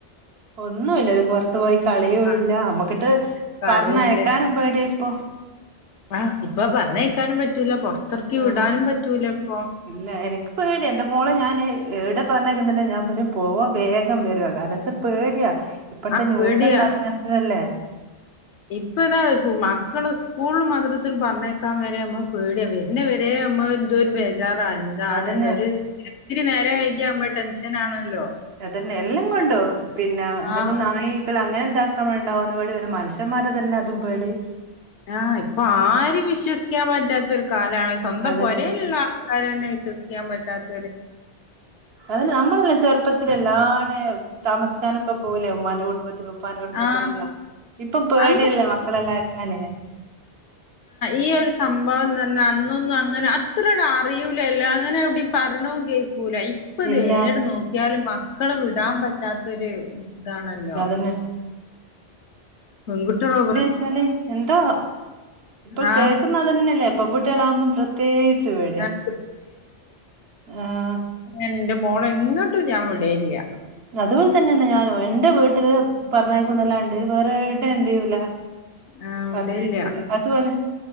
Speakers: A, on the right; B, on the left.
A: ഒന്നുല്ല ഒരു പുറത്ത് പോയി കളിയും
B: ആഹ്
A: ഇല്ല നമ്മക്കിട്ട്
B: കളിയില്ല
A: പറഞ്ഞേക്കാനും പേടിയ ഇപ്പൊ
B: ആഹ് ഇപ്പൊ പറഞ്ഞേക്കാനും പറ്റൂല പൊറത്തിറക്കി വിടാനും
A: ആഹ്
B: പറ്റൂല ഇപ്പൊ
A: ഇല്ല എനിക്ക് പേടിയാ എന്റെ മോളെ ഞാന് എവിടെപറഞ്ഞക്കുന്നുണ്ട ഞാൻ പറഞ്ഞ പോവാ വേഗം വരുവാ കാരണം വച്ചാൽ പേടിയാ ഇപ്പഴത്തെ
B: ആ
A: ന്യൂസല്ലാത
B: പേടിയാ
A: അങ്ങനത്തതല്ലേ
B: ഇപ്പ താ മക്കള് സ്കൂള മദ്രസൽ പറഞ്ഞേക്കാൻ വരെമ്മ പേടിയാ വരുന്ന വരേ നമ്മഎന്തൊരു വേ ചാറാ എന്താണ്
A: അതന്നെ
B: ഒരു ഇത്തിരി നേരം വൈകിയാ നമ്മൾ ടെൻഷൻ ആണല്ലോ
A: അതന്നെ എല്ലാം കൊണ്ടോ പിന്നെ എന്തെങ്കും
B: ആഹ്
A: നായി ഇല്ല അങ്ങനെ എന്താക്ക ഉണ്ടാവുന്നന്ന് പേടി മനുഷന്മാരെ തന്നെ അതും പേടി
B: ആഹ് ഇപ്പംആരും വിശ്വസിക്കാൻ പറ്റാത്ത ഒരു കാലാണ് സ്വന്തം
A: അതന്നെ
B: െപാ രേല്ള്ളആൾക്കാര തന്നെ വിശ്വസിക്കാൻ പറ്റാത്തരു
A: അത് നമ്മളെല്ലാം ചെറുപ്പം ആദൃം എല്ലാടെ താമസിക്കാനൊക്കെ പോകൂലേ ഉമ്മൻ്റെ കുടുംബത്തിലും ഉപ്പ കുടുംബത്തിലല്ലോ
B: ആഹ്
A: ഇപ്പം പേടിയല്ലേ
B: അന്ന്
A: മക്കളെല്ലാം അയക്കാന്
B: ഈ ഒരു സംഭവം പറഞ്ഞാ അന്നൊന്നും അങ്ങനെ അത്ര ഒരു അറിയൂലല്ലോ അങ്ങനെ എവിടെയും പറയ്ണതും കേക്കൂ കൂല ഇപ്പൊ
A: ഇല്ല
B: എവിടെ നോക്കിയാലും മക്കളെ വിടാൻ പറ്റാത്തൊരു ഇതാണല്ലോ
A: അതന്നെ
B: പെൺകുട്ടികളാ
A: എന്താച്ചാല് എന്തോ ഇപ്പൊ
B: ആഹ്
A: കേൾക്കുന്നത് അതെന്നെല്ലേ പെൺകുട്ടികളാകുമ്പോൾ പ്രത്യേകിച്ച് പേടിയാ
B: ആഹ്
A: ആഹ്
B: ഞൻ എന്റെ മോളേ എങ്ങോട്ടും ഞാൻ വിടലില്ല
A: അതുപോലെ തന്നെയെന്ന ഞാനും എന്റെ വീട്ടില് പറഞ്ഞേക്കുന്നല്ലാണ്ട് വേറെ ഇവിടെയും എന്ത് ചെയ്യൂല
B: ആഹ്
A: പറഞ്ഞേക്കൂല
B: വിടേല്ല
A: അത് വരെ